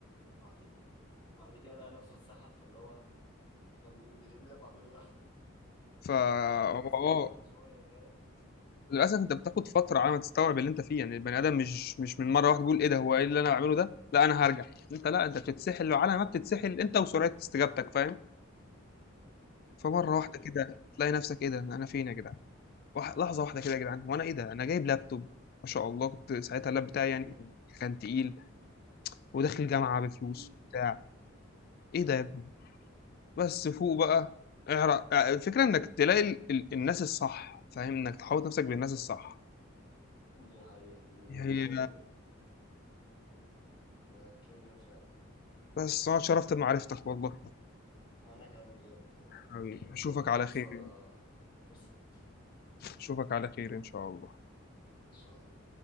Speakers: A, on the left; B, on the left.
A: بعد بعد كده لقى نفسه اتسحل فاللي هو يا ابني ايه اللي إيه اللي انا بعمله ده
B: فا
A: <laughs> لا احنا لازم
B: اه
A: نفهم شويه فاهم
B: للاسف انت بتاخد فتره على ما تستوعب اللي انت فيه يعني البني ادم مش مش من مره واحده بيقول ايه ده هو ايه اللي انا بعمله ده لا انا هرجع انت لا انت بتتسحل وعلى ما بتتسحل انت وسرعه استجابتك فاهم فمره
A: دي
B: واحده
A: حقيقه
B: كده
A: فاهم
B: تلاقي نفسك ايه ده انا فين يا جدعان واح- لحظه واحده كده يا جدعان وانا ايه ده انا جايب لابتوب ما شاء الله كنت ساعتها اللاب بتاعي
A: <laughs>
B: يعني كان تقيل وداخل جامعه بفلوس
A: مم.
B: بتاع ايه ده يا ابني بس فوق بقى اعرق الفكره انك تلاقي ال... ال... الناس الصح فاهم انك تحاوط نفسك بالناس الصح
A: دي حقيقه يعني
B: هي
A: ده كده كده ده كده كده فعلا
B: بس انا اتشرفت بمعرفتك والله
A: وانا كمان بجد يعني
B: حبيبي اشوفك على
A: فرصة
B: خير
A: فرصة ان
B: اشوفك على خير ان شاء الله
A: شاء الله